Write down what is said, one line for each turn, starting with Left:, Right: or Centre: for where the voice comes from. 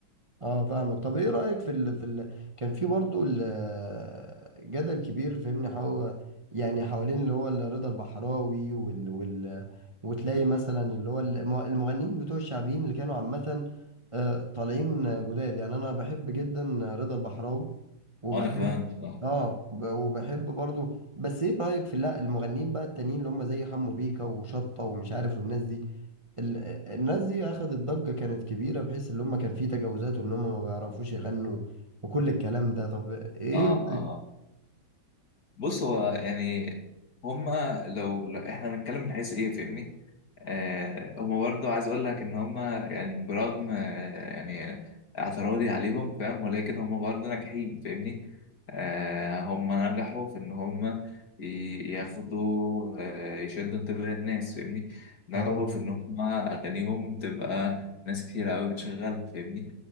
Right: اه فاهمك طب ايه رأيك في ال... في ال... كان في برضو ال... جدل كبير فهمني حو... يعني حوالين اللي هو ال- رضا البحراوي وال... وال... وتلاقي مثلا اللي هو الم- المغنيين بتوع الشعبيين اللي كانوا عامة آه، طالعين جداد يعني انا بحب جدا رضا البحراوي وبحب
Left: وانا كمان بصراحة.
Right: اه وب- وبحب برضو بس ايه رأيك في لا المغنيين بقى التانيين اللي هم زي حمو بيكا وشطة ومش عارف والناس دي ال- الناس دي اخدت ضجة كانت كبيرة بحيث ان هم كان في تجاوزات وان هم ما بيعرفوش يغنوا وكل الكلام ده طب ايه
Left: اه آه،
Right: رأيك؟
Left: آه. بص هو يعني هما لو, لو احنا هنتكلم من حيث ايه فاهمني آه هما برضو عايز اقول لك ان هما يعني برغم آه يعني اعتراضي عليهم فاهم ولكن هما برضو ناجحين فاهمني آه هما نجحوا في ان هما ي- ياخدوا آه يشدوا انتباه الناس فاهمني نجحوا
Right: صحيح
Left: في ان هما اغانيهم تبقى ناس كتير قوي بتشغلها فاهمني